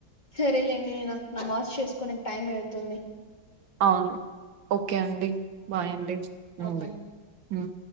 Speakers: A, on the left; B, on the right.
A: సరేలేండి నాకు నమాజ్ చేసుకోనే టైం అయితుంది
B: అవున్ ఓకే అండి బాయ్ అండి హ్మ్
A: ఓకే
B: బాయ్
A: అండి
B: హ్మ్